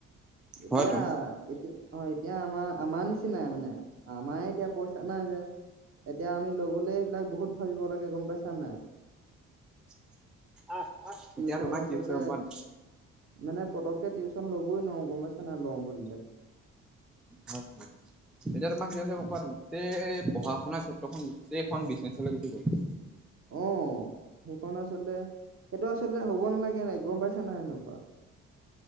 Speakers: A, on the right; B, in the centre.
A: এতিয়া,
B: হয়তোন
A: এতিয়া অ' এতিয়া আমাৰ-আমাৰ নিচিনাই মানে! আমাৰে এতিয়া পইচা নাই যে, এতিয়া আমি ল'বলৈ সেইবিলাক বহুত ভাবিব লাগে গম পাইছা নাই?
B: <unintelligible> এতিয়া
A: <unintelligible>
B: তোমাৰ
A: আচলতে,
B: কি হৈছে গম পোৱা নাই
A: মানে পতককে টিউচন ল'বই নোৱাৰো গম পাইছা <unintelligible> লও বুলিলে
B: হয় হয়। এতিয়া তোমাৰ কি হৈছে
A: উম
B: গম পোৱা নে? গোটেই পঢ়া-শুনাৰ ক্ষেত্ৰত <unintelligible> গোটেইখন বিজনেছলৈ গুচি গ'ল।
A: অ', সেইখন আচলতে, সেইটো আচলতে হ'ব নালাগে ন গম পাইছে নাই এনেকুৱা!